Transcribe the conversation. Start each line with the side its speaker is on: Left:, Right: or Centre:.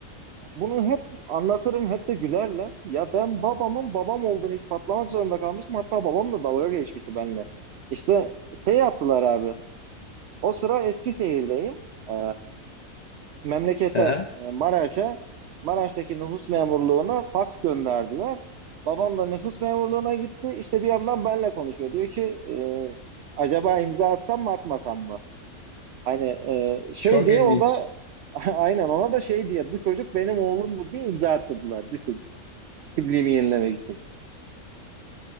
Right: Bunu hep anlatırım, hep de gülerler. Ya ben babamın babam olduğunu ispatlamak zorunda kalmıştım. Hatta babam da dalga geçmişti benimle. İşte şey yaptılar abi. O sıra Eskişehir'deyim. Ee, memlekete,
Left: Aha.
Right: e, Maraş'a, Maraş'taki nüfus memurluğuna fax gönderdiler. Babam da nüfus memurluğuna gitti. İşte bir yandan benle konuşuyor. Diyor ki e, acaba imza atsam mı atmasam mı? Hani e, şey
Left: Çok
Right: diye
Left: ilginç.
Right: o da <laughs> aynen ona da şey diye bu çocuk benim oğlumdur diye imza attırdılar kimliğimi yenilemek için.